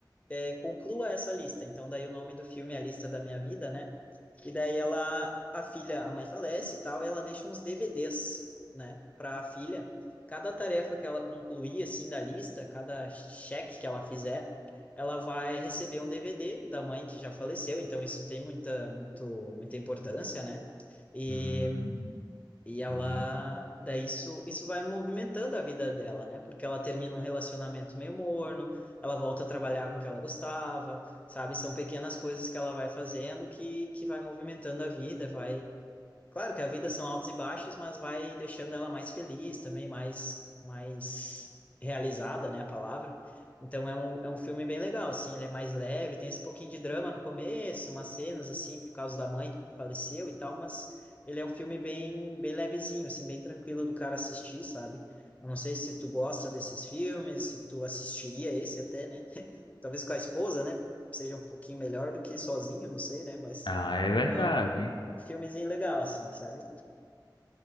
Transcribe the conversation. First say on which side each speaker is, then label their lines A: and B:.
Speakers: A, on the left; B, on the left.
A: eh, conclua essa lista. Então, daí o nome do filme é A Lista da Minha Vida, né? E daí ela, a filha, a mãe falece e tal, e ela deixa uns DVDs, né, para a filha. Cada tarefa que ela concluir assim da lista, cada cheque que ela fizer, ela vai receber um DVD da mãe que já faleceu, então isso tem muita muito muita importância, né? E
B: Hum,
A: e ela,
B: sim.
A: daí isso, isso vai movimentando a vida dela, né? Porque ela termina um relacionamento meio morno, ela volta a trabalhar com o que ela gostava, sabe? São pequenas coisas que ela vai fazendo que, que vai movimentando a vida, vai Claro que a vida são altos e baixos, mas vai deixando ela mais feliz também, mais, mais realizada, né, a palavra. Então é um, é um filme bem legal, assim, ele é mais leve, tem esse pouquinho de drama no começo, umas cenas, assim, por causa da mãe que faleceu e tal, mas ele é um filme bem, bem levezinho, assim, bem tranquilo do cara assistir, sabe? Eu não sei se tu gosta desses filmes, se tu assistiria esse até, né? talvez com a esposa, né? Seja um pouquinho melhor do que sozinho, não sei, né? Mas
B: Ah, é verdade.
A: é um, é um filmezinho legal, assim, sabe?